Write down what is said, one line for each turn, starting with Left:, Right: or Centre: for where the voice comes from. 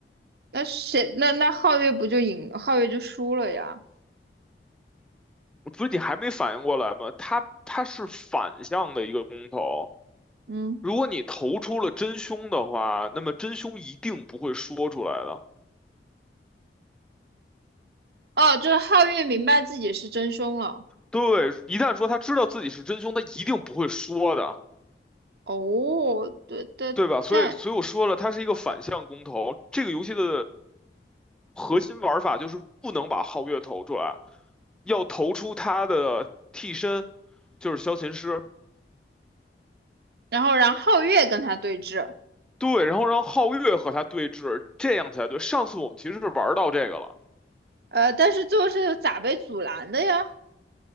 Right: 那谁？那那皓月不就赢？皓月就输了呀。
Centre: 不是你还没反应过来吗？他他是反向的一个公投，
Right: 嗯，
Centre: 如果你投出了真凶的话，那么真凶一定不会说出来的。
Right: 哦，就是皓月明白自己是真凶了。
Centre: 对，一旦说他知道自己是真凶，他一定不会说的。
Right: 哦，对对，
Centre: 对吧？所以，
Right: 对。
Centre: 所以我说了，它是一个反向公投。这个游戏的核心玩法就是不能把皓月投出来，要投出他的替身，就是萧琴师。
Right: 然后让皓月跟他对峙，
Centre: 对，然后让皓月和他对峙，这样才对。上次我们其实是玩到这个了，
Right: 呃，但是最后是咋被阻拦的呀？